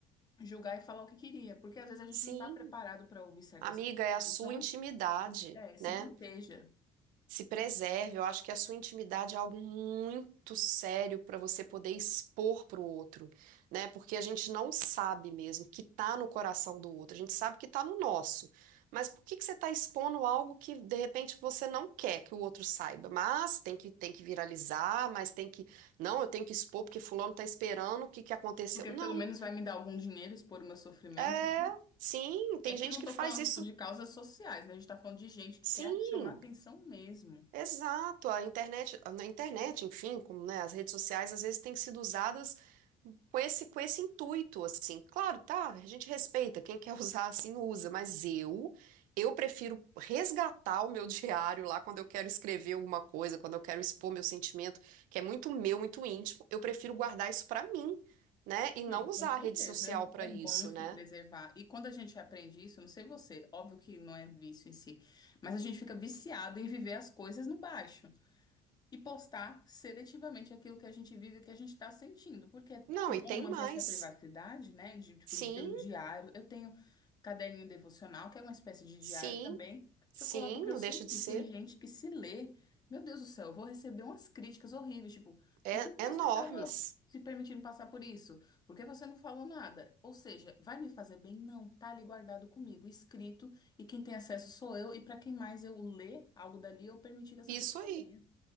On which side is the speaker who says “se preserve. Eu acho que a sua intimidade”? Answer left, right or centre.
Right